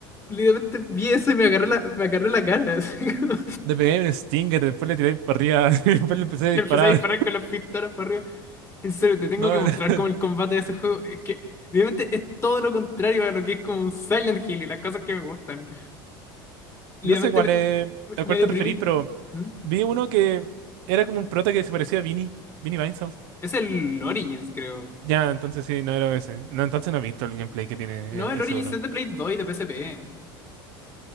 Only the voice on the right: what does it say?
Le pegué un Stinger, después le tiré para arriba <laughs> y después le empecé a disparar.
No,
era-
<laughs>
no sé cuál
es,
a
cuál
te referí, pero
vi uno que era como un prota que se parecía a Vinny, Vinny Vinehouse.
Ya, entonces sí, no era ese. No, entonces no he visto el gameplay que tiene
e- ese
otro.